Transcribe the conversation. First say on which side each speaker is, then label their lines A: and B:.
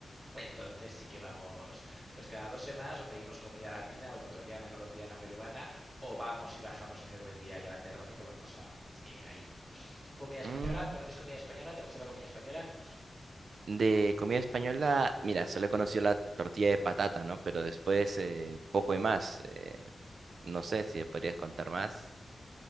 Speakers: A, on the right; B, on the right.
A: Entonces sí que vamos, pues cada dos semanas o pedimos comida latina o ecuatoriana, colombiana, peruana, o vamos y bajamos hace buen día y a la terraza y comemos a- eh, ahí. tu comida española?
B: Mm,
A: ¿Conoces comida española? ¿Te gusta la comida española?
B: De comida española, mira, solo he conocido la tortilla de patata, ¿no? Pero después eh, poco y más. eh, no sé si me podrías contar más.